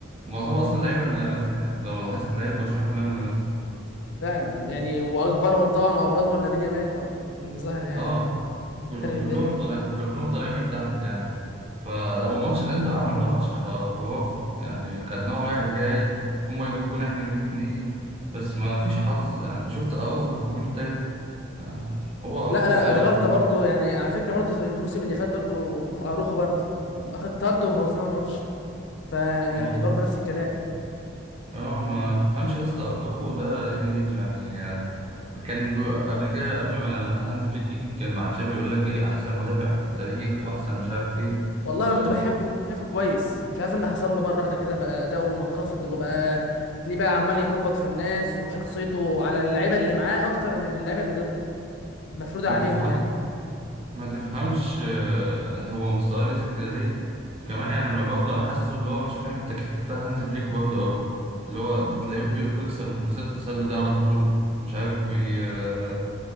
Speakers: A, on the right; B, on the left.
A: معظمها اصلا
B: امم
A: لعيبة من لاماسيا يعني لو لاحظت لعيبة برشلونة كلها من لاماسيا
B: فعلا يعني واكبرهم طبعا وابرزهم لامين يامال طبعا اللي ظاهر يعني
A: اه
B: هو
A: كل-
B: خارب الدنيا
A: كلهم طالع كلهم طالعين من تحت يعني ف وماتش الانتر عملنا ماتش خ- خرافي يعني خدناهم رايح جاي هما يجيبوا جون احنا نجيب اتنين بس ما فيش حظ يعني شفت اروخو في الجون التالت آه، هو
B: لا
A: اروخو
B: لا
A: السبب
B: دي غلطه برضو يعني على فكره برضو الموسم اللي فات برضو اروخو برضو اخد طرد وبوظنا الماتش فيعني
A: ما-
B: برضو نفس الكلام
A: اه ما تفهمش يا اسطى اخو ده ايه دنيته يعني آه، كان ب- قبل كده قبل ما هانز فليك يجي كان مع تشافي يقول لك ايه احسن مدافع في التاريخ واحسن مش عارف ايه
B: والله انا
A: آه،
B: كنت بحبه وكنت شايفه كويس مش عارف إيه اللي حصل له مره واحده كده بقى اداؤه منخفض وبقى ليه بقى عمال يخبط في الناس وشخصيته على اللعيبه اللي معاه اكتر من اللعيبه اللي ضده مفروضه
A: ما
B: عليهم
A: تفهم
B: يعني
A: ما تفهمش آه، هو مستواه نزل كده ليه كمان يعني ما برضه انا حاسه اللي هو مش فاهم التكتيك بتاع هانز فليك برضه قوي اللي هو بتلاقيه بي- بيكسر من ست التسلل ده على طول مش عارف بي آه،